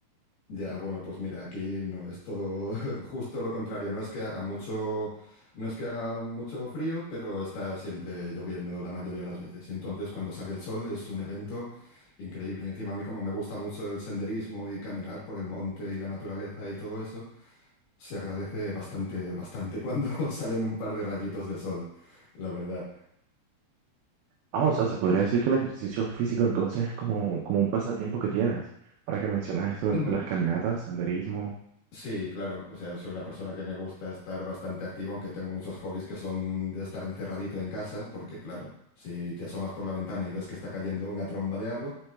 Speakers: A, on the left (about 70°); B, on the right (about 85°).
A: Ya, bueno, pues mira, aquí no es todo <laughs> justo lo contrario. No es que haga mucho, no es que haga mucho frío, pero está siempre lloviendo la mayoría de las veces. Y entonces cuando sale el sol es un evento increíble. Y encima a mí como me gusta mucho el senderismo y caminar por el monte y la naturaleza y todo eso, se agradece bastante, bastante cuando <laughs> salen un par de rayitos de sol, la verdad.
B: Ah, o sea, se podría decir que el ejercicio físico entonces es como, como un pasatiempo que tienes. Ahora que mencionas esto
A: <clears throat>
B: de las caminatas, senderismo.
A: Sí, claro. O sea, soy una persona que me gusta estar bastante activa, aunque tengo muchos hobbies que son de estar encerradito en casa, porque claro, si te asomas por la ventana y ves que está cayendo una tromba de agua,